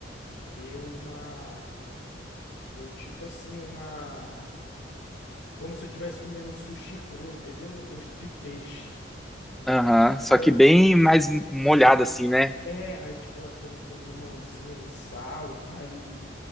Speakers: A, on the left (about 75°); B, in the centre.
A: deu uma, deu tipo assim uma, como se eu estivesse comendo um sushi cru, entendeu? Um gosto de peixe.
B: Aham, só
A: Aí eu,
B: que bem mais molhado assim, né?
A: É, aí tipo, aí come com limãozinho, um sal, aí,